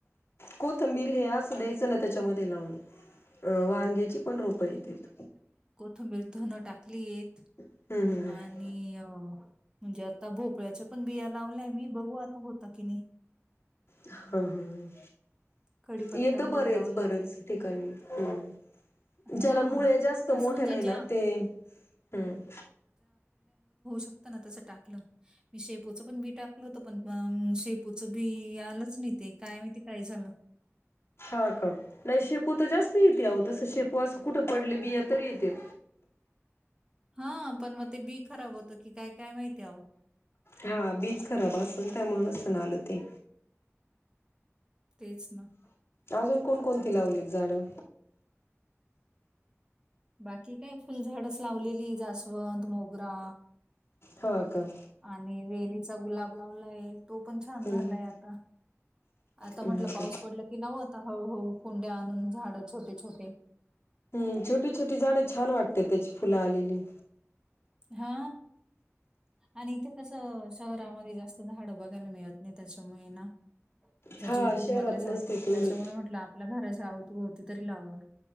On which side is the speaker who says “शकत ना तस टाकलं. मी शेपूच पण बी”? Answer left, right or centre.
Right